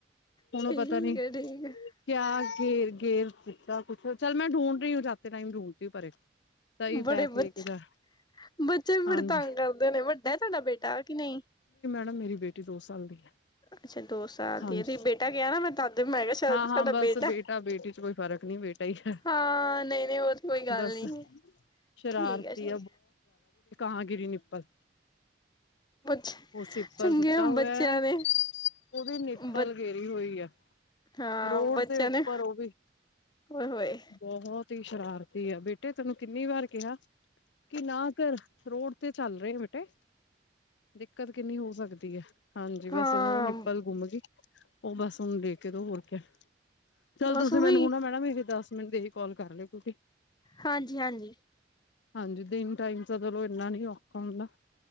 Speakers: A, on the left; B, on the left.
A: ਹੁਣ
B: ਠੀਕ
A: ਪਤਾ ਵੀ
B: ਹੈ ਠੀਕ ਹੈ
A: ਕਿਆ, ਗੇਰ-ਗੇਰ ਕੁਛ ਚੱਲ ਮੈਂ ਡੂੰਡ ਰਹੀ ਹੂੰ ਜਾਤੇ ਟਾਈਮ ਡੂੰਡ ਤੀ ਹੂੰ, ਸਹੀ
B: ਬੜੇ
A: ਬੈਗ
B: ਬੱਚੇ
A: ਲੈ ਕੇ ਜਾ
B: ਬੱਚੇ, ਬੜ
A: ਹਾਂਜੀ
B: ਤੰਗ ਕਰਦੇ ਨੇ ਵੱਡਾ ਸੋਡਾ ਬੇਟਾ ਕਿ ਨਹੀਂ,
A: ਮ ਮੇਰੀ ਬੇਟੀ ਦੋ ਸਾਲ ਦੀ ਹੈ।
B: ਅੱਛਾ ਦੋ ਸਾਲ
A: ਹਾਂਜੀ
B: ਦੀ ਤੁਸੀਂ ਬੇਟਾ ਕਿਹਾ ਨਾ ਮੈਂ ਤਦ ਮੈਂ ਕਿਹਾ
A: ਹਾਂ-ਹਾਂ
B: ਤੁਹਾਡਾ
A: ਬਸ
B: ਬੇਟਾ
A: ਬੇਟੀ ਚ ਕੋਈ ਫ਼ਰਕ ਨਹੀਂ ਬੇਟਾ ਹੀ ਹੈ
B: ਹਾਂ ਨਹੀਂ ਨਹੀਂ ਉਹ ਤੇ ਕੋਈ ਗੱਲ
A: ਬਸ
B: ਨੀ
A: ਸ਼ਰਾਰਤੀ
B: ਠੀਕ ਹੈ ਜੀ।
A: ਆ ਗਰੀ ਨਿੱਪਲ,
B: ਬੱਚੇ
A: ਉਹ ਸੁੱਤਾ
B: ਚੰਗੇ
A: ਹੋਇਆ
B: ਬੱਚਿਆਂ ਨੇ
A: ਉਹਦੀ ਨਿੱਪਲ
B: ਬ
A: ਗੇਰੀ ਹੋਈ ਆ।
B: ਹਾਂ
A: ਰੋਡ
B: ਬੱਚਿਆਂ
A: ਦੇ ਉੱਪਰ
B: ਨੇ
A: ਉਹ ਵੀ
B: ਓਏ ਹੋਏ
A: ਬਹੁਤ ਹੀ ਸ਼ਰਾਰਤ, ਤੇ ਆ ਬੇਟੇ ਤੈਨੂੰ ਕਿੰਨੀ ਵਾਰ ਕਿਹਾ ਕਿ ਨਾ ਘਰ ਰੋਡ ਤੇ ਚੱਲ ਰਹੇ ਬੇਟੇ ਦਿੱਕਤ ਕਿੰਨੀ ਹੋ ਸਕਦੀ ਹੈ ਹਾਂਜੀ
B: ਹਾਂ
A: ਬਸ ਹੁਣ ਉਹ ਨਿਪਲ ਗੁੰਮ ਗਈ ਉਹ ਬਸ ਹਣ ਦੇਖ ਕੇ ਤ ਹੋਰ ਕ ਚੱਲ
B: ਬਸ
A: ਤੁਸੀਂ
B: ਉਹੀ
A: ਮੈਨੂੰ ਹੁਣਾ ਮੈਡਮ ਇਹ ਦਸ ਮਿੰਟ ਦੇਖ ਕਾਲ ਕਰ ਲ ਕੁ
B: ਹਾਂਜੀ-ਹਾਂਜੀ
A: ਹਾਂਜੀ ਦਿਨ ਟਾਈਮ ਚਲੋ ਇਨਾ ਨੀ ਔਖਾ ਹੁੰਦਾ